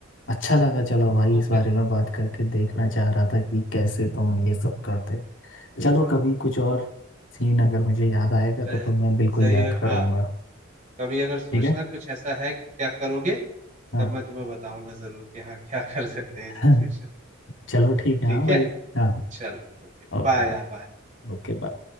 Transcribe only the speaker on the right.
तो
फिर
अ,
जाइए
हाँ कभी अगर सोचना
कुछ ऐसा है कि क्या करोगे
तब मैं तुम्हें बताऊंगा जरूर कि हाँ क्या <laughs> कर सकते हैं
इस सिचुएशन में
ठीक
है
चलो ओके
बाय
या बाय